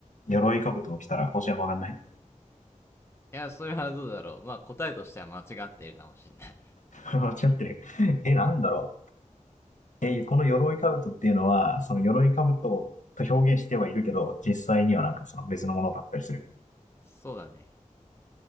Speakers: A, on the left; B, on the left.
A: 鎧兜を着たら星は曲がんない
B: いや、それはどうだろう。まあ、答えとしては間違っているかもしれない。
A: <laughs> 間違ってる。<laughs> え、なんだろう。え、この鎧兜っていうのは、その鎧兜と表現してはいるけど、実際にはなんかその別のものだったりする。
B: そうだね。